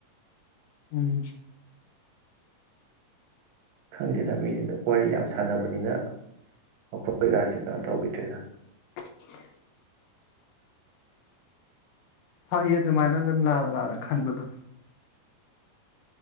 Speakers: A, on the left; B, on the right.
A: ꯎꯝ
B: ꯈꯪꯗꯦ ꯃꯤ ꯋꯥꯔꯤ ꯌꯥꯝ ꯁꯥꯟꯅꯕꯅꯤꯅ ꯃꯈꯣꯏꯒꯁꯦ ꯀꯩꯅꯣ ꯇꯧꯈꯤꯗ꯭ꯔꯦꯗ
A: ꯍ ꯐꯩꯌꯦ ꯑꯗꯨꯃꯥꯏꯅ ꯑꯗꯨꯝ ꯂꯥꯜꯂ ꯂꯥꯜꯂ ꯈꯟꯕꯗꯣ